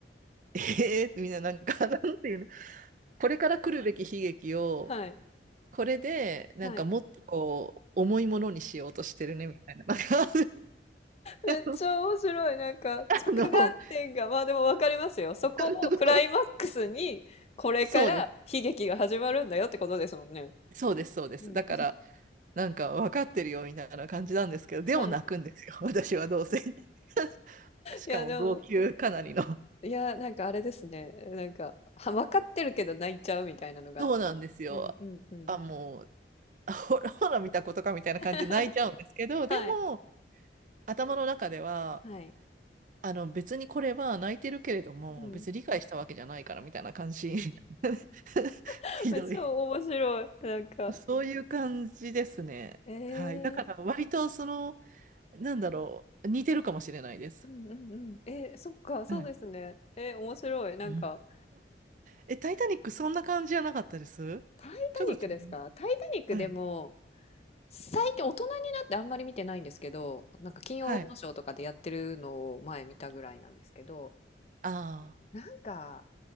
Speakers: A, on the right; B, on the left.
A: えーみんななんか、<laughs> なんていうの、これから来るべき悲劇を、
B: はい。
A: これで、なんかもっとこう、
B: はい。
A: 重いものにしようとしてるね、みたいな。なんか、
B: めっちゃ面白い、
A: <laughs>
B: なんか、着眼点が、
A: あの、
B: まあ、でも分かりますよ。そこをクライマックスに、
A: <laughs> あの
B: これから悲劇が始まるんだよってことですもんね。
A: そうです。そうです、そうです。
B: うん。
A: だから、なんか分かってるよ、みたいな感じなんですけど、でも泣くんですよ、
B: はい。
A: 私はどうせ。<laughs> しかも、
B: いや、でも
A: 号泣かなりの。
B: いや、なんかあれですね。なんか、は、わかってるけど泣いちゃうみたいなのが。
A: そうなんですよ。
B: うんうんうん。
A: あ、もう、あほら、ほら見たことか、みたいな感じで泣いちゃうんですけど、
B: <laughs> はい。
A: でも、頭の中では、
B: はい。
A: あの別にこれは泣いてるけれども、
B: うん。
A: 別に理解したわけじゃないからみたいな感じ。
B: うん
A: <laughs>
B: <laughs>。
A: ひどい。
B: 超面白い。なんか。
A: <laughs> そういう感じですね。
B: えー
A: はい。だから割とその、なんだろう、似てるかもしれないです。
B: うんうんうん。えー、そっか、そうですね。
A: はい。
B: えー、面白い。なんか、
A: うんえ、タイタニックそんな感じじゃなかったです
B: タイタニックですかタイタニックでも、
A: ちょっと違う。はい。
B: 最近大人になってあんまり見てないんですけど、なんか金曜ロードショーとかでやってるのを前見たぐらいなんですけど、
A: はい。あ
B: なんか、